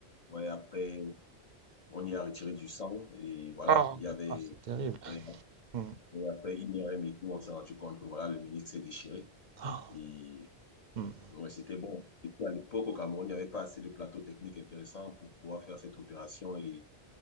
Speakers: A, on the left; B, on the right.
A: ouais, après on y a retiré du sang et voilà,
B: Oh,
A: il y avait
B: ah, c'est terrible.
A: ouais,
B: Hmm.
A: et après IRM et tout, on s'est rendu compte que voilà le ménisque s'est déchiré
B: Ah,
A: et
B: hmm,
A: Ouais, c'était bon. Et puis à l'époque, au Cameroun, il n'y avait pas assez de plateaux techniques intéressants pour pouvoir faire cette opération et,